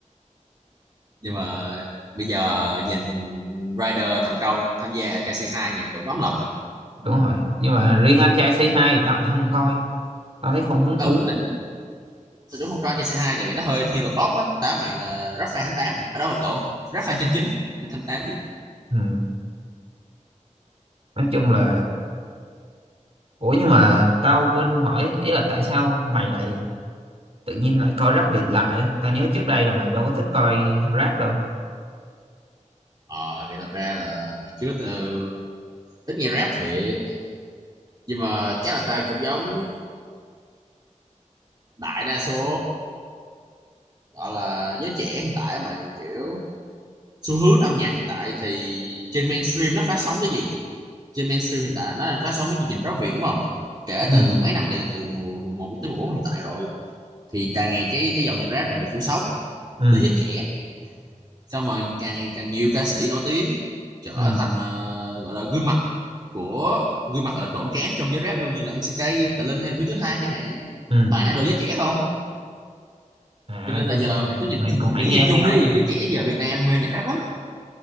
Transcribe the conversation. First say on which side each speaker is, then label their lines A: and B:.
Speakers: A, on the right; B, on the right.
A: nhưng mà bây giờ nhìn Rider thành công tham gia anh trai c hai nhìn cũng ấm lòng mình
B: đúng rồi nhưng mà riêng anh trai Say Hi thì tao lại không coi tao thấy không hứng
A: ừ
B: thú
A: tao cũng tao cũng không cho anh trai c hai tại vì nó hơi thiên về pop á tao mày là rap fan tháng 8 mà ở đâu là lộn rap fan trên chín tháng tám gì
B: ừ. nói chung là ủa nhưng mà tao quên không hỏi ý là tại sao mày lại tự nhiên lại coi rap Việt lại á tao nhớ trước đây là mày đâu có thích coi rap đâu
A: ờ thì thật ra là ngày trước tao ít nghe rap thiệt nhưng mà chắc là tao cũng giống đại đa số gọi là giới trẻ hiện tại á mày kiểu xu hướng âm nhạc hiện tại thì trên mainstream nó phát sóng cái gì trên mainstream hiện tại nó đang phát sóng mấy chương trình rap Việt đúng không kể
B: ừ
A: từ mấy năm liền từ mùa mùa 1 đến mùa 4 hiện tại rồi thì càng ngày cái cái dòng nhạc rap càng được phủ sóng
B: ừ
A: tới giới trẻ xong rồi càng ngày càng nhiều ca sĩ nổi tiếng trở
B: ừ
A: thành ờ, gọi là gương mặt của gương mặt gọi là trộn trán trong giới rap luôn như là MCK, Tà Linh hay là Hiếu thứ hai chẳng hạn
B: ừ
A: toàn idol giới trẻ không
B: à
A: cho nên
B: cho
A: là giờ
B: nên mày,
A: mày cứ nhìn
B: mày cũng phải
A: mày
B: nghe
A: cứ nhìn chung
B: theo
A: đi
B: gì
A: giới trẻ giờ Việt Nam mê nhạc rap lắm